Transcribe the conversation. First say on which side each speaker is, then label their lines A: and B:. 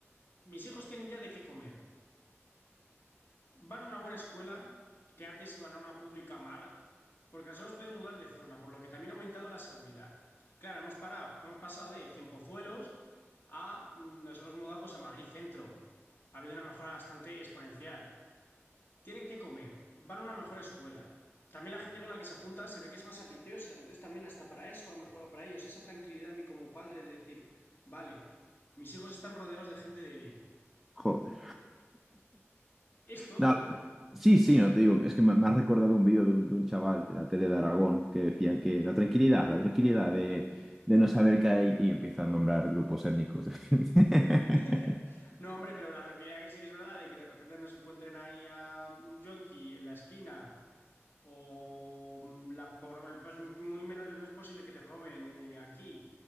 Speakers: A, on the left; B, in the centre.
A: mis hijos tienen ya de qué comer. Van a una buena escuela, que antes iban a una pública mala, porque nos hemos podido mudar de zona, por lo que también ha aumentado la seguridad. Claro, hemos parado, hemos pasado de Cien Pozuelos a mm, nos hemos mudado pues a Madrid Centro. Ha habido una mejora bastante exponencial. Tienen que comer, van a una mejor escuela. También la gente con la que se junta se ve que es más ambiciosa, entonces también hasta para eso ha mejorado para ellos. Esa tranquilidad a mí como padre de decir, vale, mis hijos están rodeados de gente de bien.
B: Joder.
A: Es todo.
B: No, Sí, sí, no te digo, es que me, me has recordado un vídeo de un, de un chaval de la tele de Aragón que decía que la tranquilidad, la tranquilidad de, de no saber qué hay y empieza a nombrar grupos étnicos de gente.
A: <laughs>
B: <laughs>
A: No, hombre, pero la tranquilidad que sí que es verdad de que de repente no se encuentren ahí a un yonki en la esquina o mm, la, por- pues muy muy menos, es menos posible que te roben eh, aquí.